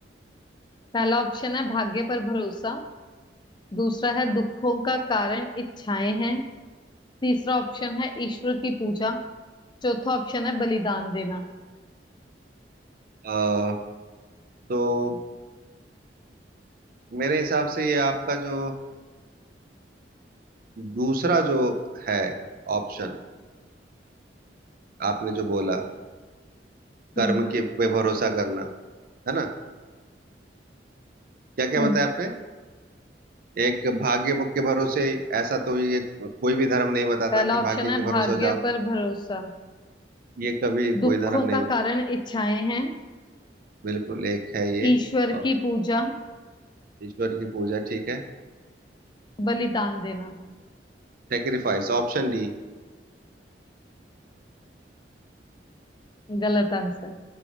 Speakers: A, on the left (about 25°); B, on the right (about 55°).
A: पहला ऑप्शन है भाग्य पर भरोसा दूसरा है दुखों का कारण इच्छाएं हैं तीसरा ऑप्शन है ईश्वर की पूजा चौथा ऑप्शन है बलिदान देना
B: अ, तो मेरे हिसाब से ये आपका जो दूसरा जो है ऑप्शन आपने जो बोला
A: हम्म
B: कर्म के पे भरोसा करना है ना क्या क्या
A: हम्म
B: बताया आपने एक भाग्य के भरोसे ऐसा तो ये कोई भी धर्म नहीं बताता
A: पहला
B: कि
A: ऑप्शन
B: भाग्य
A: है
B: के
A: भाग्य
B: भरोसे हो जाओ
A: पर भरोसा
B: ये कभी कोई
A: दुखों
B: धर्म नहीं
A: का
B: बताता
A: कारण इच्छाएं हैं
B: बिल्कुल एक है ये
A: ईश्वर
B: और
A: की पूजा
B: ईश्वर की पूजा ठीक है
A: बलिदान देना
B: Sacrifice option D
A: गलत आंसर